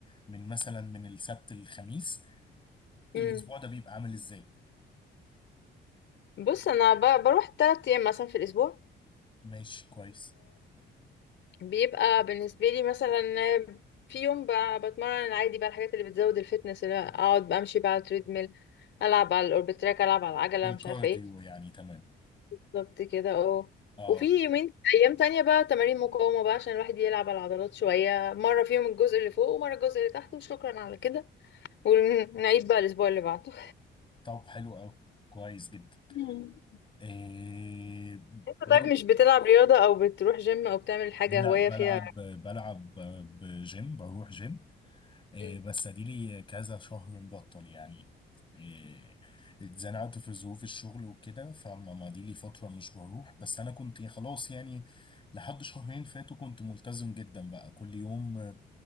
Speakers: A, on the left; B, on the left.
A: من مثلا من السبت للخميس
B: امم
A: الاسبوع ده بيبقى عامل ازاي
B: بص انا ب- بروح 3 ايام مثلا في الاسبوع
A: ماشي كويس
B: بيبقى بالنسبة لي مثلا في يوم ب- بتمرن عادي بقى الحاجات اللي بتزود الفتنس اللي اقعد بمشي بقى على التريدميل العب على الاوربت تراك العب على العجلة
A: الكارديو
B: مش عارفة ايه
A: يعني تمام
B: بالظبط كده اه
A: اه
B: وفي يومين ايام تانية بقى تمارين مقاومة بقى عشان الواحد يلعب على العضلات شوية مرة فيهم الجزء اللي فوق ومرة الجزء اللي تحت وشكرا على كده ونعيد بقى الاسبوع اللي بعده
A: طب حلو قوي كويس جدا
B: مم.
A: إيه
B: انت
A: برضه
B: طيب مش بتلعب رياضة او بتروح جيم او بتعمل حاجة
A: لا
B: هواية
A: بلعب
B: فيها
A: بلعب بجيم بروح جيم إيه
B: مم.
A: بس اديلي كذا شهر مبطل يعني إيه اتزنقت في ظروف الشغل وكده فما ما دي لي فترة مش بروح بس انا كنت خلاص يعني لحد شهرين فاتوا كنت ملتزم جدا بقى كل يوم آه،